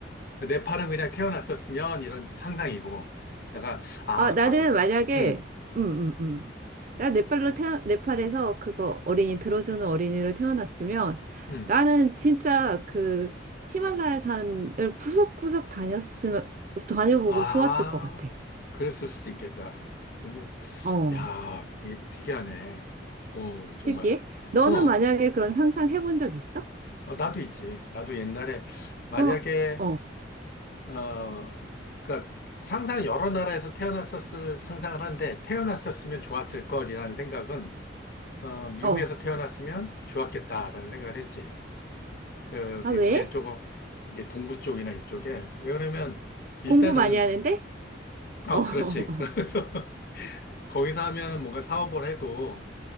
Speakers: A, on the left (about 50°); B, on the right (about 40°).
A: 네팔은 그냥 태어났었으면, 이런 상상이고, 내가, 아,
B: 아, 나는
A: 과거,
B: 만약에,
A: 응,
B: 음, 음, 음. 나 네팔로 태어, 네팔에서 그거 어린이 들어주는 어린이로 태어났으면
A: 응.
B: 나는 진짜 그 히말라야 산을 구석구석 다녔으면, 다녀보고
A: 아,
B: 좋았을 것 같아.
A: 그랬을 수도 있겠다. 근데
B: 어,
A: 야, 되게 특이하네. 오, 정말.
B: 특이해? 너는
A: 어,
B: 만약에 그런 상상 해본 적 있어?
A: 어, 나도 있지. 나도 옛날에, 만약에,
B: 그럼, 어,
A: 어, 그니까 상상 여러 나라에서 태어났었을 상상을 한데, 태어났었으면 좋았을 걸이라는 생각은, 어, 미국에서
B: 어.
A: 태어났으면 좋았겠다라는 생각을 했지. 그,
B: 아,
A: 미국의
B: 왜?
A: 조금, 이게 동부 쪽이나 이쪽에. 왜 그러냐면, 일단은,
B: 공부 많이 하는데?
A: 어,
B: 어, <laughs>
A: 그렇지. 그래서, <laughs> 거기서 하면 뭔가 사업을 해도,